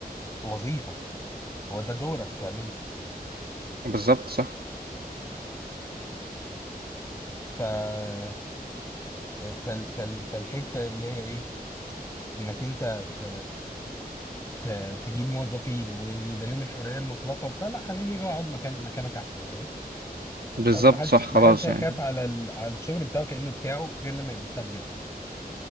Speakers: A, on the left (about 20°); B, on the right (about 75°).
A: وظيفه هو ده دورك تعمله
B: بالظبط صح
A: ف آه، فال... فال... فالحته اللي هي ايه انك انت ت... ت- تجيب موظفين ويبقى ليهم الحريه المطلقه وبتاع لا خليهم يجوا يقعدوا مكان مكانك احسن فاهم
B: بالظبط
A: اصل محدش
B: صح خلاص
A: محدش هيخاف
B: يعني
A: على ال... على الشغل بتاعه كانه بتاعه غير لما يبقى بتاعه بجد